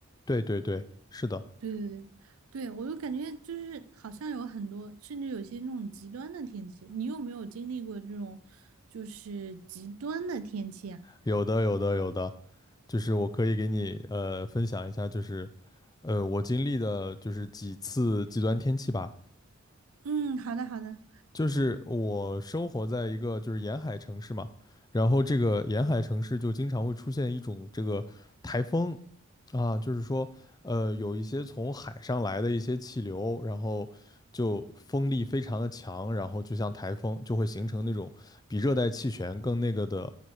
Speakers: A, on the left; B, on the right.
A: 对对对，是的，
B: 对对对，对我就感觉就是好像有很多，甚至有些那种极端的天气，你有没有经历过这种就是极端的天气啊？
A: 有的有的有的，就是我可以给你呃分享一下，就是呃我经历的就是几次极端天气吧，
B: 嗯，好的好的。
A: 就是我生活在一个就是沿海城市嘛，然后这个沿海城市就经常会出现一种这个台风啊，就是说，呃，有一些从海上来的一些气流，然后就风力非常的强，然后就像台风，就会形成那种比热带气旋更那个的，